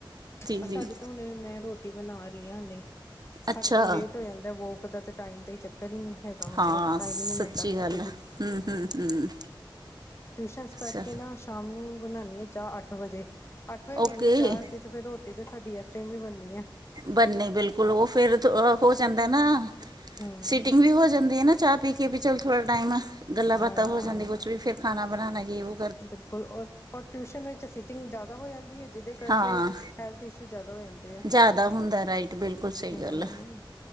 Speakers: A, on the left; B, on the right.
A: ਸਾਡੇ
B: ਜੀ
A: ਤਾਂ ਹੁਣੇ ਮੈਂ ਰੋਟੀ ਬਣਾ ਰਈ ਆ ਹਲੇ। ਸਾਡੇ
B: ਅੱਛਾ
A: ਤਾਂ ਲੇਟ ਹੋ ਜਾਂਦਾ ਵੋਕ ਦਾ ਤੇ ਟਾਈਮ ਦਾ ਈ ਚੱਕਰ ਈ ਨਈ ਹੈਗਾ ਮਤਲਬ,
B: ਹਾਂ
A: ਟਾਈਮ
B: ਸੱਚੀ
A: ਈ ਨਈ ਮਿਲਦਾ ਬਿਲਕੁਲ
B: ਗੱਲ
A: ਵੀ।
B: ਹੈ। ਹੂੰ, ਹੂੰ, ਹੂੰ।
A: ਟਿਊਸ਼ਨਸ ਕਰਕੇ
B: ਚਲ
A: ਨਾ ਸ਼ਾਮ ਨੂੰ ਬਣਾਣੀ ਆ ਚਾਹ ਅੱਠ ਵਜੇ, ਅੱਠ ਵਜੇ ਪੀਂਨੇ
B: ਓਕੇ
A: ਚਾਹ ਅਸੀ ਤੇ ਫਿਰ ਰੋਟੀ ਤਾਂ ਸਾਡੀ ਐਸ ਟਾਏਮ ਈ ਬਣਨੀ ਐ।
B: ਬਨਨੀ ਬਿਲਕੁਲ ਓ ਫਿਰ ਹੋ ਜਾਂਦਾ ਨਾ,
A: ਹਮ
B: ਸੀਟਿੰਗ ਵੀ ਹੋ ਜਾਂਦੀ ਆ ਨਾ ਚਾਹ ਪੀ ਕੇ ਵੀ ਚਲੋ ਥੋੜਾ ਟਾਈਮ ਗੱਲਾਂ ਬਾਤਾਂ
A: ਹਾਂ
B: ਹੋ ਜਾਂਦੀ ਕੁਛ ਵੀ, ਫੇਰ ਖਾਣਾ ਬਣਾਨਾ ਯੇ ਵੋ
A: ਬਿਲਕੁਲ ਔਰ ਔਰੱ ਟਿਊਸ਼ਨ ਵਿੱਚ ਸੀਟਿੰਗ ਜਾਦਾ ਹੋ ਜਾਂਦੀ ਏ। ਜਿਦੇ ਕਰਕੇ
B: ਹਾਂ
A: ਹੈਲਥ ਇਸ਼ੂ ਜ਼ਾਦਾ ਹੋ ਜਾਂਦੇ ਆ,
B: ਜ਼ਿਆਦਾ ਹੁੰਦਾ ਰਾਈਟ ਬਿਲਕੁਲ ਸਹੀ
A: ਹਾ
B: ਗੱਲ